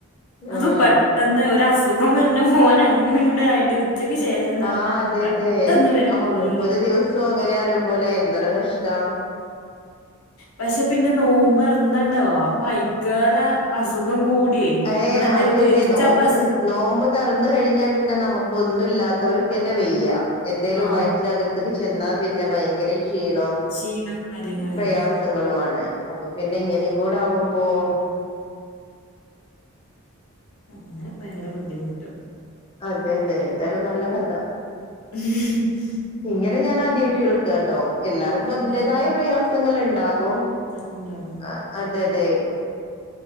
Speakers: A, on the left (about 80°); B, on the left (about 25°).
A: അതും
B: ആഹ്
A: പെ ട്ടന്ന് ഒര് അസുഖം വെരണ പോലങ്ങനെങ്ങട് ആയിട്ട് ഉ ച്ചക്ക് ശേഷം എന്ന് പറഞ്ഞാൽ
B: ആഹ് അതെ
A: പെട്ടെന്ന്
B: അതെ
A: വരും
B: ആഹ്
A: പോലെ
B: മുപ്പത്
A: ഒരു
B: ദിവസോം അങ്ങനെയാന്ന് പറയും പോലെ എന്തോരം കഷ്ടവ
A: പക്ഷേ പിന്നെ നോമ്പൊറാന്നാണ്ടവ അപ്പൊ അയിക്ക്യാറേ അസുഖം കൂടിയേ
B: യെ
A: നമ്മളെന്തേലും
B: അതെ
A: കഴിച്ചപ്പ
B: അതെ നോമ്പ്
A: അസുഖം
B: നോമ്പ് തൊറന്ന് കഴിഞ്ഞാ പിന്നെ നമ്മക്ക് ഒന്നും ഇല്ലാതർക്ക് തന്നെ വായ്യാ എന്തേലും
A: ആ
B: വയറ്റിനക ത്ത് ചെന്നാ പിന്നെ ബയങ്കര ക്ഷീണോം
A: ക്ഷീണം കാര്യങ്ങളില്ലേ
B: പ്രയാസ് ങ്ങളും ആണ് അപ്പ പിന്നെ ഇങ്ങനെ കൂടെ ആക്മ്പോ-
A: അങ്ങനെ ബയങ്കര ബുദ്ധിമുട്ട്-
B: അതെ അതെ എന്തായാലും നല്ലാ കഥ.
A: <unintelligible>
B: ഇങ്ങനെ ഞാൻ ആദ്യായിട്ട്- കേൾക്കാട്ടോ എല്ലാർക്കും
A: ഉം.
B: അതിൻ്റെതായാ പ്രയാസങ്ങള് ഇണ്ടാകും.
A: <unintelligible>
B: ആഹ്, അതെ, അതെ.